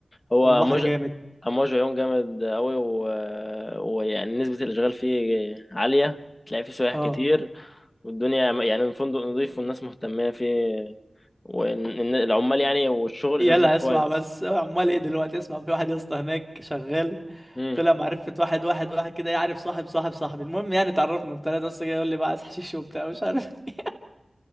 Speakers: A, on the left; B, in the centre.
A: هو
B: والبحر
A: موج
B: جامد
A: موج عيون جامد أوي و... ويعني نسبة الإشغال فيه عالية تلاقي فيه سياح
B: اه
A: كتير والدنيا م- يعني الفندق نظيف والناس مهتمة فيه والعمال يعني والشغل
B: يلا
A: شغال هناك كويس
B: اسمع بس عمال ايه دلوقتي اسمع في واحد يا اسطى هناك شغال
A: امم
B: طلع معرفه واحد واحد واحد كده يعرف صاحب صاحب صاحبي المهم يعني اتعرفنا وبتاع ده بس جاي يقول لي بقى عايز حشيش وبتاع مش عارف <laughs> ايه